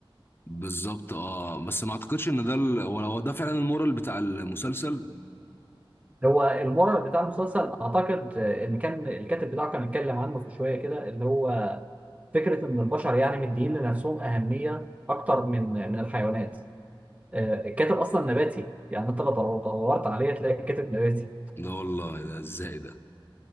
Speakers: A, on the left; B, on the right.
A: بالظبط اه بس ما اعتقدش ان ده ال... هو هو ده فعلا المورال بتاع المسلسل
B: هو المورال بتاع المسلسل اعتقد آه، ان كان الكاتب بتاعه كان اتكلم عنه في شويه كده اللي هو فكره ان البشر يعني مدين لنفسهم اهميه اكتر من من الحيوانات آه، الكاتب اصلا نباتي يعني انت لو دور- دورت عليه تلاقي الكاتب نباتي
A: لا والله ده ازاي ده